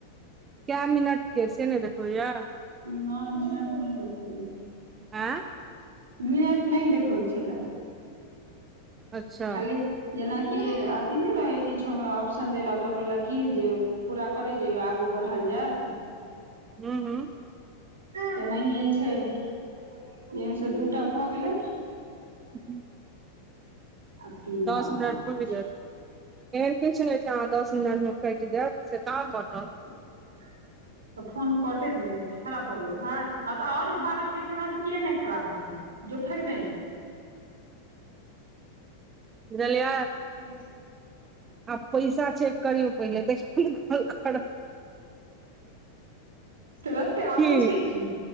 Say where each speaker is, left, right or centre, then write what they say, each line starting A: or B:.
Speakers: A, on the right; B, on the right.
A: क्या मिनट के से नय देखबै या
B: नय मिनट नहि देखबै या
A: आँ
B: मिनट नहि देखबै छलए
A: अच्छा
B: खाली जेनाकि अथी नय रहै ह किछो मे ऑप्शन देला ऊपर में लकीर जे पूरा करय जैयौ आगू बढ़ल जायत
A: हूँ हूँ
B: तऽ नाए छै जैमे से दू टा भऽ गेलै
A: हं
B: आ तीन टा
A: दस
B: आओर
A: मिनट
B: बाकी
A: पुइर
B: छै
A: गेल एहन किछ नहि छै अहाँ दस मिनट मे कटि जायत से कहाँ कटत
B: <unintelligible> तऽ फोन कटइ नहि खराब भऽ गेलौ भात हँ तऽ आओर बारह बजे खेब तऽ किए नहि खराब हेतौ जो फैंक दही
A: जलिय
B: प छय
A: आब पैसा चेक करियउ पहिले त कल करब
B: तुरन्ते आबै
A: की
B: छै की